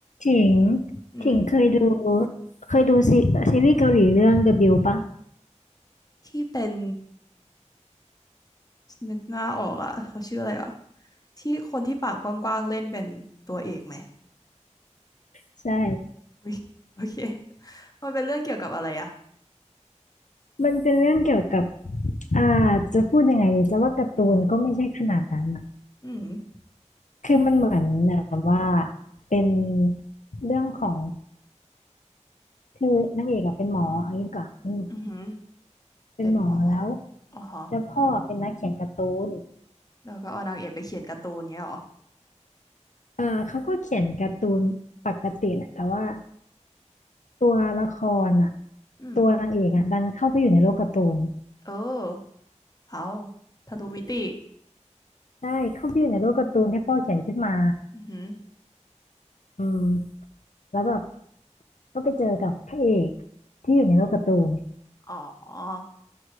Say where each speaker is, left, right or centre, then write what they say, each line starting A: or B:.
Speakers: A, on the left; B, on the left.
A: ถิง
B: อืม
A: ถิงเคยดูเคยดูซีซีรีส์เกาหลีเรื่อง The Bill ปะ
B: ที่เป็นนึกหน้าออกอ่ะเขาชื่ออะไรวะที่คนที่ปากกว้างๆเล่นเป็นตัวเอกไหม
A: ใช่
B: อุ้ยโอเคมันเป็นเรื่องเกี่ยวกับอะไรอ่ะ
A: มันเป็นเรื่องเกี่ยวกับอ่าจะพูดยังไงดีจะว่าการ์ตูนก็ไม่ใช่ขนาดนั้นอะ
B: อืม
A: คือมันเหมือนแบบว่าเป็นเรื่องของคือนางเอกอะเป็นหมอเอางี้ดีกว่อนอืม
B: อือหือ
A: เป็นหมอแล้ว
B: เป็นหมออ๋อฮะ
A: แล้วพ่อเป็นนักเขียนการ์ตูน
B: แล้วก็เอานางเอกไปเขียนการ์ตูนเงี้ยเหรอ
A: เออเขาก็เขียนการ์ตูนปกติแหละแต่ว่าตัวละครอ่ะ
B: อืม
A: ตัวนางเอกอ่ะดันเข้าไปอยู่ในโลกการ์ตูน
B: เออเอาทะลุมิติ
A: ใช่เข้าไปอยู่ในโลกการ์ตูนที่พ่อเขียนขึ้นมา
B: อือหือ
A: อืมแล้วแบบก็ไปเจอกับพระเอกที่อยู่ในโลกการ์ตูน
B: อ๋อ